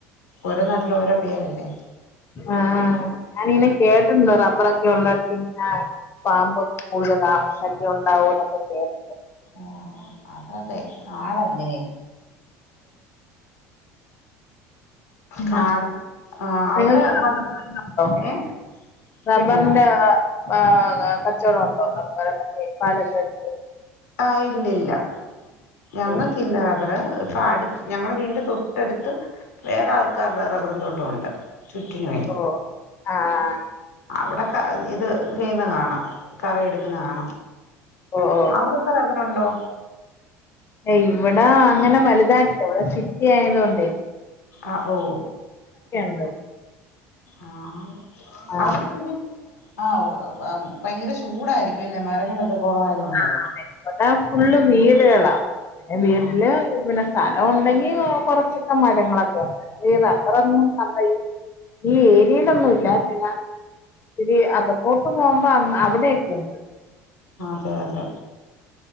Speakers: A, on the left; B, on the left.
A: ഓരോ നാട്ട്ല് ഓരോ പേരല്ലേ
B: ആഹ് ഞാനിങ്ങനെ കേട്ടിട്ട്ണ്ട് റബ്ബറൊക്കെ ഉള്ളടത്ത് ഇങ്ങനെ പാമ്പ് കൂടുതലാ ശല്യവൊണ്ടാവോ ന്നൊക്കെ കേട്ടി
A: ആഹ് അ അതെ കാടല്ലേ
B: പിന്ന
A: കാട് ആ അവിടെ
B: നിങ്ങക്ക് <unintelligible>
A: വന ഏ
B: റബ്ബറിന്റെ
A: കേട്ടില്ല
B: ആഹ് <unintelligible> കച്ചവടം ഉണ്ടോ <unintelligible> പാലക്കാട്‌
A: ആഹ് ഇല്ലില്ല ഞങ്ങൾക്കില്ല
B: ഇല്ല.
A: റബ്ബ ഇപ്പ അടു ഞങ്ങള വീട്ന്റെ തൊട്ടടുത്ത് വേറെ ആൾക്കാരുടെ റബ്ബറും തോട്ടവുണ്ട് ചുറ്റിനുവേ
B: ഓഹ് ആഹ്
A: അവ്ടെ ക്ക അത്‌ ഇത് ചെയ്യുന്ന കാണാം കറ എടുക്കുന്ന ആണോ
B: ഓഹ്
A: അവിടെ ഒണ്ടോ?
B: ഏയ്യ് ഇവിടെ അങ്ങനെ വലുതായിട്ട് ല്ല ഇവിടെ സിറ്റി ആയത് കൊണ്ടേ
A: ആഹ് ഓ
B: ഉണ്ട്
A: ആഹ്
B: ആ
A: അവിടെ പിന്നെ ആഹ് ഓഹ് ഭയങ്കര ചൂടായിരിക്കു അല്ലേ മരങ്ങളൊക്കെ കുറവായതുകൊണ്ട്
B: ആ ഇവ്ടെ ഫുള്ള് വീ ട്കള പിന്നെ വീട്ടില്
A: ആ
B: പിന്നെ സ്ഥലം ഉണ്ടെങ്കി കൊറച്ച് <unintelligible> മരങ്ങളൊക്കെ ഉണ്ട് അത് ഈ റബ്ബറൊന്നും അല്ല ഈ ഏരിയയിലൊന്നും ഇല്ല പിന്നെ ശെരി <unintelligible> പോകുമ്പോ അങ്ങ് അവിടയൊക്കെയുണ്ട്
A: അതെ അതെ